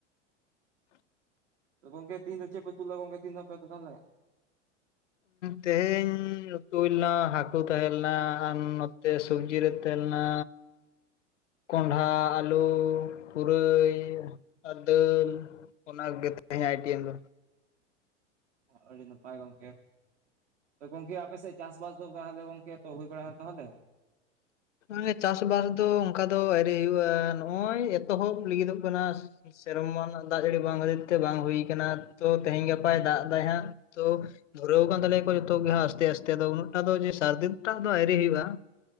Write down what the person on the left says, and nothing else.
ᱦ <inaudible>
ᱛᱮᱦᱮᱧ ᱩᱛᱩ ᱦᱩᱭᱞᱮᱱᱟ ᱦᱟᱹᱠᱩ ᱛᱟᱦᱮᱸᱞᱮᱱᱟ ᱟᱨ <inaudible> ᱛᱮ ᱥᱚᱵᱡᱤ ᱨᱮ ᱛᱮᱦᱮᱸᱞᱮᱱᱟ ᱠᱚᱱᱰᱷᱟ ᱟᱹᱞᱩ ᱯᱩᱨᱟᱹᱭ ᱟᱨ ᱫᱟᱹᱞ ᱚᱱᱟ ᱜᱮ ᱛᱮᱦᱮᱧ ᱟᱜ ᱟᱭᱴᱮᱢ ᱫᱚ
ᱢᱟᱱᱮ ᱪᱟᱥᱵᱟᱥ ᱫᱚ ᱚᱱᱠᱟ ᱫᱚ ᱟᱹᱣᱨᱤ ᱦᱩᱭᱩᱜᱼᱟ ᱱᱚᱜᱼᱚᱭ ᱮᱛᱚᱦᱚᱵ ᱞᱟᱹᱜᱤᱫᱚᱜ ᱠᱟᱱᱟ ᱥᱮᱨᱚᱢᱟ ᱨᱮᱱᱟᱜ ᱫᱟᱜ ᱡᱟᱹᱲᱤ ᱵᱟᱝ ᱠᱷᱟᱹᱛᱤᱨ ᱛᱮ ᱵᱟᱝ ᱦᱩᱭ ᱠᱟᱱᱟ ᱛᱚ ᱛᱮᱦᱮᱧ ᱜᱟᱯᱟᱭ ᱫᱟᱜ ᱫᱟᱭ ᱦᱟᱸᱜ ᱛᱚ ᱫᱷᱩᱨᱟᱹᱣ ᱠᱟᱱ ᱛᱟᱞᱮᱭᱟᱠᱚ ᱡᱚᱛᱚ ᱜᱮ ᱦᱟᱸᱜ ᱟᱥᱛᱮ ᱟᱥᱛᱮ ᱫᱚ ᱩᱱᱟᱹᱜ ᱴᱟ ᱫᱚ ᱥᱟᱨᱫᱤ ᱩᱱᱟ. ᱜᱴᱟᱜ ᱫᱚ ᱟᱣᱨᱤ ᱦᱩᱭᱩᱜᱼᱟ